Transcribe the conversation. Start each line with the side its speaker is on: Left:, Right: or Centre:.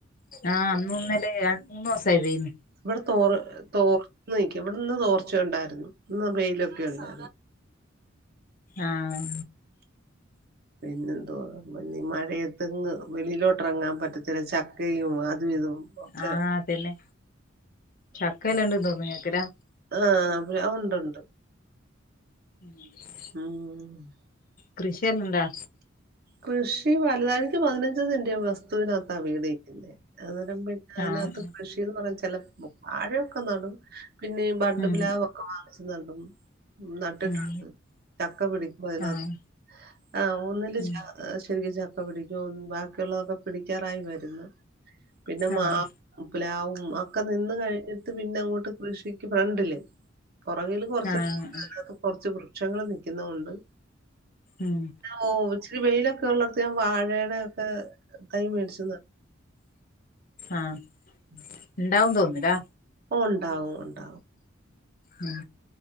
Left: ആഹ് അന്നുന്നലെ രണ്ട്മൂന്നൊസ തേനി
Right: ഇവടെ തോർ തോർന്നു നിക്ക ഇവടെന്ന് തോർച്ചയുണ്ടായിരുന്നു ഇന്ന് വെയിലൊക്കെയുണ്ട്
Left: ആഹ്
Right: പിന്നെന്തോ മണ്ണി മഴയത്ത്ന്ന് വെളയിലോട്ട് ഇറങ്ങാൻ പറ്റത്തില്ല ചക്കയും അതു ഇതും ഒക്കെ
Left: ആഹ് അതന്നെ ചക്കല്ലാണ്ട് തോന്നു കേക്കലാ
Right: ആഹാ പി ഉണ്ടുണ്ട്
Left: <inaudible>
Right: ആഹ്
Left: കൃഷിയല്ലണ്ടാ
Right: കൃഷി വലുതായിക്ക് പതിനഞ്ച് സെന്റ് വസ്തുവിനകത്താ വീടിവെക്കുന്നെ അത് അയിനകത്ത്
Left: ആഹ്
Right: കൃഷിന്ന് പറ ച്ചെല വാഴയൊക്കെനടും പിന്നെ ബഡ്ഡ്പ്ലാവ്
Left: ഉം
Right: ക്കെ വാങ്ങിച്ച് നടും നട്ടിട്ടുണ്ട്
Left: ഉം
Right: ചക്ക പിടിക്കും അതിനകത്
Left: ആഹ്
Right: ആഹ് ഒന്നില്
Left: ഉം
Right: ശരിക്കും ചക്ക പിടിക്കും ബാക്കിയുള്ളതൊക്കെ പിടിക്കാറായി വരുന്നു പിന്നെ മാ
Left: ആഹ്
Right: പ്പ്ലാവും ഒക്കെ നിന്ന്കഴിഞ്ഞിട്ട് പിന്നഅങ്ങോട്ട് കൃഷിക്ക് ഫ്രണ്ടില് പുറകില് കുറച്ചതിന
Left: ആഹ്
Right: കൊറച്ച് വൃക്ഷങ്ങള് നിക്കുന്നോണ്ട്
Left: ഉം
Right: ഓ ഇച്ചിരി വെയിലൊക്കെ ഒള്ളട്ത്ത് ഞാൻ വാഴയേടൊക്കെ തൈ മേടിച്ചുന്നു
Left: ആഹ്
Right: <inaudible>
Left: ഇണ്ടാവും തോന്നുലെ
Right: ഓ ണ്ടാവും ഉണ്ട
Left: ഉം